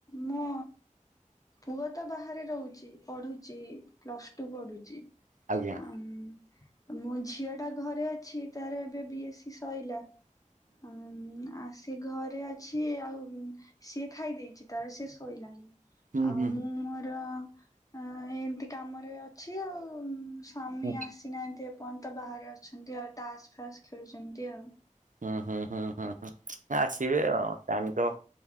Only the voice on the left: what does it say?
ମୋ ପୁଅ ତ ବାହାରେ ରହୁଛି ପଢୁଛି ପ୍ଲସ୍ ଟୁ ପଢୁଛି।
ଆମ ମୋ ଝିଅଟା ଘରେ ଅଛି ତାର ଏବେ ବିଏସି ସଇଲା । ହୁଁ ଆସ ସେ ଘରେ ଅଛି ସିଏ ଆଉ ସିଏ ଖାଇ ଦେଇଛି ତାର ସେ ଶୋଇଲାଣି।
ଆଉ
ମୁଁ ମୋର ଆ ଏମିତି କାମରେ ଅଛି ଆଉ ସ୍ୱାମୀ
ଆସିନାହାନ୍ତି। ସ୍ଵାମୀ ତ ବାହାରେ ଅଛନ୍ତି ଆଉ ତାସ୍ ଫାସ୍ ଖେଳୁଛନ୍ତି ଆଉ